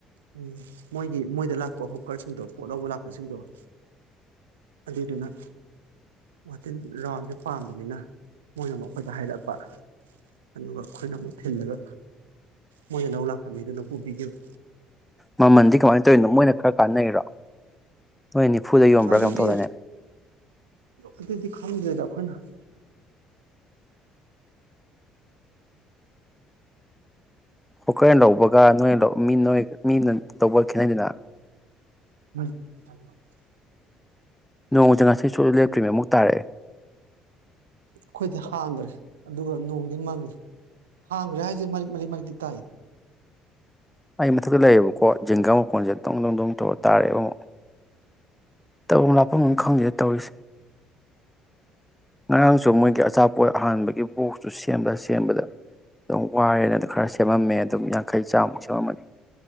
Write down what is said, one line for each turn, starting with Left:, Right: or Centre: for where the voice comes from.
Right: ꯎꯝ ꯃꯣꯏꯒꯤ ꯃꯣꯏꯗ ꯂꯥꯛꯄ ꯍꯣꯀꯔꯁ ꯁꯤꯡꯗꯣ ꯄꯣꯠ ꯂꯧꯕ ꯂꯥꯛꯄꯁꯤꯡꯗꯣ ꯑꯗꯨꯏꯗꯨꯅ ꯋꯥꯇꯤꯟ ꯔꯥꯎꯟꯁꯦ ꯄꯥꯝꯕꯅꯤꯅ ꯃꯣꯏꯅ ꯑꯃꯨꯛ ꯑꯩꯈꯣꯏꯗ ꯍꯥꯏꯔꯛꯄ ꯑꯗꯨꯒ ꯑꯩꯈꯣꯏꯅ ꯑꯃꯨꯛ ꯊꯤꯜꯂꯒ ꯃꯣꯏ ꯂꯧ ꯂꯥꯛꯄ ꯃꯤꯗꯨꯅ ꯄꯨꯨꯕꯤꯒꯤꯕ
Centre: ꯃꯃꯟꯗꯤ ꯀꯃꯥꯏꯅ ꯇꯧꯔꯤꯅꯣ ꯃꯣꯏꯅ ꯈꯔ ꯀꯥꯟꯅꯩꯔꯣ ꯅꯣꯏ ꯅꯤꯐꯨꯗ ꯌꯣꯟꯕ꯭ꯔꯥ
Right: ꯑꯗꯨꯗꯤ
Centre: ꯀꯩꯅꯣꯝ ꯇꯧꯗꯥꯏꯅꯦ
Right: ꯑꯗꯨꯗꯤ ꯈꯪꯗ꯭ꯔꯦꯗ ꯑꯈꯣꯏꯅ <inaudible>
Centre: ꯑꯣ ꯈꯥ ꯍꯦꯟ ꯂꯧꯕꯒ ꯅꯣꯏ ꯂꯧ ꯃꯤ ꯅꯣꯏ ꯃꯤꯅ ꯂꯧꯕꯒ ꯈꯦꯠꯅꯩꯗꯅ
Right: ꯑꯩꯈꯣꯏꯗꯤ
Centre: ꯅꯣꯡꯖꯦ ꯉꯁꯤ ꯁꯨꯛꯂꯦꯞ ꯂꯦꯇ꯭ꯔꯤ ꯑꯃꯨꯛ ꯇꯥꯔꯛꯑꯦ
Right: ꯑꯈꯣꯏꯗꯤ ꯍꯥꯡꯈ꯭ꯔꯦ ꯑꯗꯨꯒ ꯅꯣꯡꯗꯤ ꯃꯪꯉꯤ ꯍꯥꯡꯒꯔꯦ ꯍꯥꯏꯖꯦ ꯃꯔꯤꯛ ꯃꯔꯤꯛ ꯃꯔꯤꯛꯇꯤ ꯇꯥꯏꯌꯦ꯫
Centre: ꯑꯩ ꯃꯊꯛꯇ ꯂꯩꯌꯦꯕꯀꯣ ꯖꯤꯡꯒꯥ ꯃꯈꯣꯟꯖꯦ ꯇꯪ ꯗꯪ ꯗꯪ ꯇꯧꯔ ꯇꯥꯔꯦꯕ ꯑꯃꯨꯛ ꯇꯧꯐꯝ ꯂꯥꯞꯐꯝꯒ ꯈꯪꯗꯦ ꯇꯧꯔꯤꯁꯦ ꯉꯔꯥꯡꯁꯨ ꯃꯣꯏꯒꯤ ꯑꯆꯥꯄꯣꯠ ꯑꯍꯥꯟꯕꯒꯤ ꯕꯣꯛꯁꯇꯨ ꯁꯦꯝꯕꯗ ꯁꯦꯝꯕꯗ ꯑꯗꯨꯝ ꯋꯥꯔꯦꯅ ꯈꯔ ꯁꯦꯝꯃꯝꯃꯦ ꯑꯗꯨꯝ ꯌꯥꯡꯈꯩ ꯆꯥꯝꯃꯨꯛꯁꯦ ꯇꯧꯔꯝꯃꯅꯤ